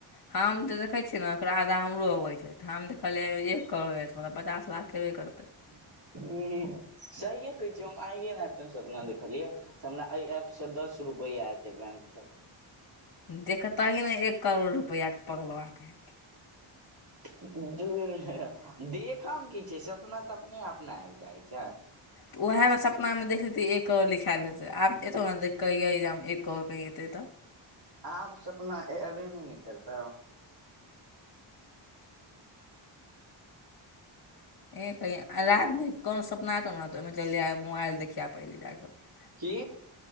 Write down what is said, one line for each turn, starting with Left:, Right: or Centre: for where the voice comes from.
Left: हम तऽ देखै छियै ने ओकरा आधा हमरो अबै छै तऽ हम देखलियै एक करोड़ मतलब पचास लाख हेब करतै
Right: <inaudible> ह सहिे कहै छियै हम आइे ना त अपना देखलियै हमरा एहि एप से दस रूप रूपैया आयते बैंक पर
Left: देखे तही ने एक करोड़ रुपैआके पगलवाके
Right: द देखऽमे की छै सपना त अपने अपना आबि जाइत छै
Left: तऽ उएहमे सपनामे देख लतै एक करोड़ लिखायल हेतै आब एतौ ने देख क अइहा एक करोड़ कही एतै तऽ
Right: आब सपना एबे नहि न करतऊ
Left: <inaudible>
Right: की